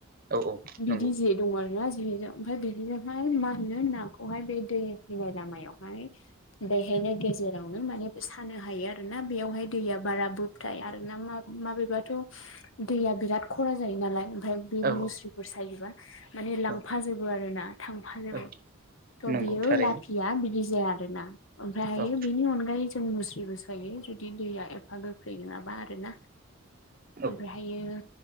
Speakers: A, on the right; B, on the left.
A: औ औ
B: बिदि
A: नंगौ
B: जे दङ आरो ना जोंनिजों ओमफ्राय बेजोंहाय मा होनो नाखौहाय बे दै फैनाय लामायावहाय <unintelligible> बेहायनो गेजेरावनो माने सानो हायो आरो ना बेयावहाय दैया बारा बो ओमफ्राय आरोना म माबेबाथ' दैया बिराद खरा जायो नालाय ओमफ्राय बे
A: औ
B: मुस्रिफोर
A: औ
B: सायोबा माने लांफाजोबो
A: औ
B: आरो ना। थांफा नांगोन
A: औ
B: थ'
A: नंगौ
B: बियो
A: थारैनो
B: लाखि या बिदि जाया आरो ना ओमफ्रायहायो
A: औ
B: बिनि अनगायै जों मुस्रिबो सायो जुदि दैया एफा गोख्रै नङाबा आरो ना।
A: औ
B: ओमफ्रायहायो।